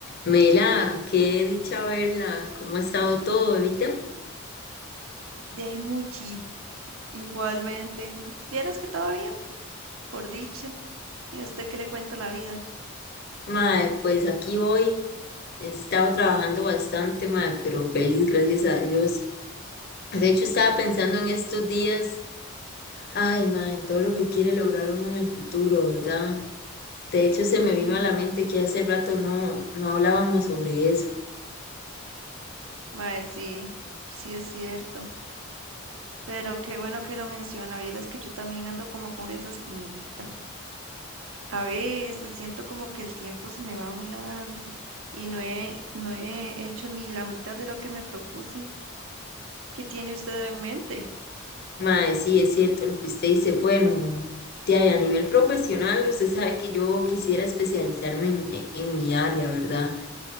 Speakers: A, on the left; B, on the right.
A: Mela, qué dicha verla, ¿cómo ha estado todo, Evita?
B: De Muchi, igualmente. Vieras que todo bien, por dicha. ¿Y a usted qué le cuenta la vida?
A: Mae, pues aquí voy, he estado trabajando bastante, mae, pero feliz, gracias a Dios. De hecho, estaba pensando en estos días, ay, mae, en todo lo que quiere lograr uno en el futuro, ¿verdad? De hecho, se
B: Ujú.
A: me vino a la mente que hace rato no, no hablábamos sobre eso.
B: Mae, sí, sí es cierto. Pero qué bueno que lo menciona. Vieras que yo también ando como con esa espinita. A veces siento como que el tiempo se me va volando y no he, no he hecho ni la mitad de lo que me propuse. ¿Qué tiene usted en mente?
A: Mae, sí, es cierto lo que usted dice. Bueno, de ahí, a nivel profesional, usted sabe que yo quisiera especializarme en, en- en mi área, ¿verdad?